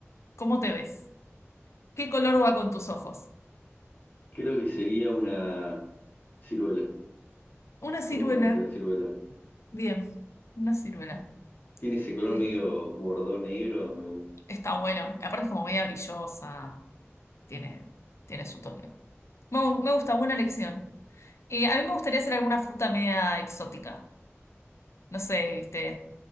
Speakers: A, on the left; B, on the left.
A: ¿Cómo te ves? ¿Qué color va con tus ojos?
B: Creo que sería una ciruela.
A: Una ciruela.
B: Me gusta mucho la ciruela.
A: Bien, una ciruela.
B: Tiene ese color
A: Eh,
B: medio bordón negro, me gusta.
A: está bueno. Aparte es como media brillosa. Tiene, tiene su toque. Me, me gusta, buena elección. Eh, a mí me gustaría hacer alguna fruta media exótica. No sé, viste.